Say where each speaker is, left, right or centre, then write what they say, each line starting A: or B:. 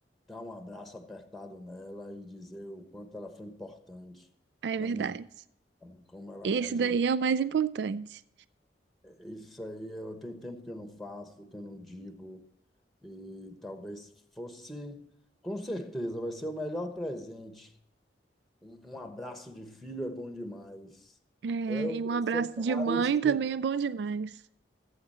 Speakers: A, in the centre; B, on the right (about 65°).
A: dar um abraço apertado nela e dizer o quanto ela foi importante
B: É
A: na
B: verdade.
A: minha vida, como ela
B: Esse
A: me ajudou.
B: daí é o mais importante.
A: Isso aí, eu tenho tempo que eu não faço, que eu não digo, e talvez fosse, com certeza, vai ser o melhor presente. Um, um abraço de filho é bom demais.
B: É,
A: Eu,
B: e um
A: eu
B: abraço
A: sou pai,
B: de mãe
A: eu sei.
B: também é bom demais.